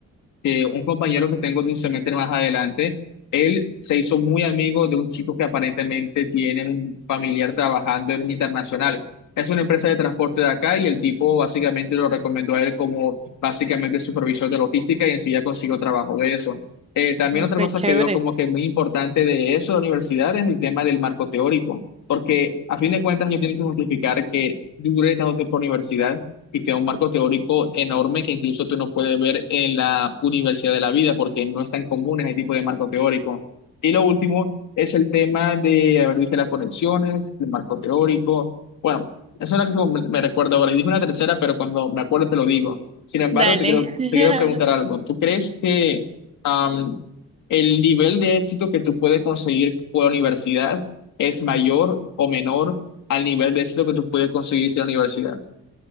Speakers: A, on the left; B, on the right.
A: que un compañero que tengo de un semestre más adelante, él se hizo muy amigo de un chico que aparentemente tiene un familiar trabajando en un internacional. Es una empresa de transporte de acá y el tipo básicamente lo recomendó a él como básicamente supervisor de logística y enseguida consiguió trabajo de eso. Eh, también
B: Mm,
A: otra
B: Qué
A: cosa
B: chévere.
A: que veo como que muy importante de eso, de la universidad, es el tema del marco teórico, porque a fin de cuentas yo tengo que justificar que duré tanto tiempo en la universidad y te da un marco teórico enorme que incluso tú no puedes ver en la universidad de la vida porque no es tan común ese tipo de marco teórico. Y lo último es el tema de, haber visto las conexiones, el marco teórico. Bueno, eso es lo que me me recuerdo ahora. Y dije una tercera, pero cuando me acuerdo te lo digo. Sin embargo,
B: Dale.
A: te quiero,
B: <laughs>
A: te quiero preguntar algo. ¿Tú crees que am, el nivel de éxito que tú puedes conseguir por la universidad es mayor o menor al nivel de éxito que tú puedes conseguir sin la universidad?